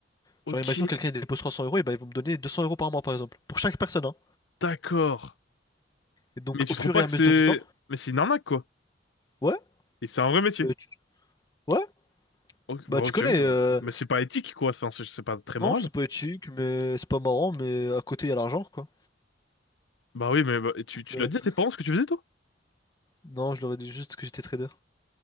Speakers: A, on the left; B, on the left.
A: Ok,
B: Genre, imaginons que quelqu'un dépose 300 euros, et ben, ils vont me donner 200 euros par mois, par exemple. Pour chaque personne, hein.
A: d'accord.
B: Et donc,
A: Mais tu
B: au fur
A: trouves pas
B: et à
A: que
B: mesure
A: c'est...
B: du temps,
A: Mais c'est une arnaque, quoi.
B: ouais,
A: Et c'est un vrai métier.
B: bah, tu, ouais,
A: Ok,
B: bah,
A: bah, ok.
B: tu connais,
A: bah.
B: euh,
A: Mais c'est pas éthique, quoi. Enfin, c'est c'est pas très moral.
B: non, c'est pas éthique, mais c'est pas marrant, mais à côté, il y a l'argent, quoi.
A: Bah oui, mais bah, tu,
B: Donc,
A: tu l'as dit
B: euh,
A: à tes parents ce que tu faisais, toi?
B: non, je leur ai dit juste que j'étais trader.